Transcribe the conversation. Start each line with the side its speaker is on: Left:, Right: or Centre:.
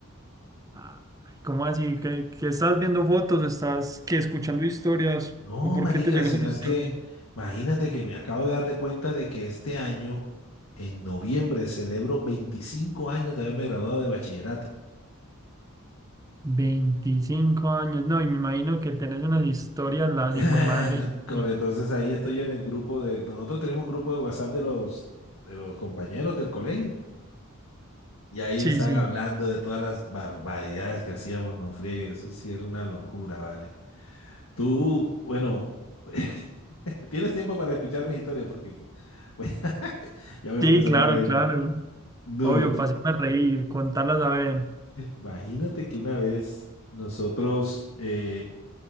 Right: Ah, ¿Cómo así? ¿Qué, qué estás viendo fotos? ¿Estás qué, escuchando historias?
Left: No,
Right: ¿O por
Left: marica,
Right: qué te llegó
Left: sino
Right: esa nostalgia?
Left: es que imagínate que me acabo de dar de cuenta de que este año, en noviembre, celebro 25 años de haberme graduado de bachillerato.
Right: veinticinco años, no, y me imagino que tenés unas historias, las
Left: <laughs>
Right: madre.
Left: Con-
Right: Sí,
Left: Entonces ahí estoy en el grupo de... Nosotros tenemos un grupo de WhatsApp de los, de los compañeros del colegio. Y ahí
Right: sí.
Left: están
Right: Sí,
Left: hablando de todas las barbaridades que hacíamos, no friegue, eso sí era una locura, ¿vale? Tú, bueno, <laughs> tienes tiempo para escuchar mis historias porque bueno, <laughs> ya voy a
Right: Sí,
Left: empezar
Right: claro,
Left: a reírme.
Right: claro.
Left: No,
Right: Obvio,
Left: te-
Right: para hacerme reír, contarlas a ver.
Left: imagínate que una vez nosotros eh,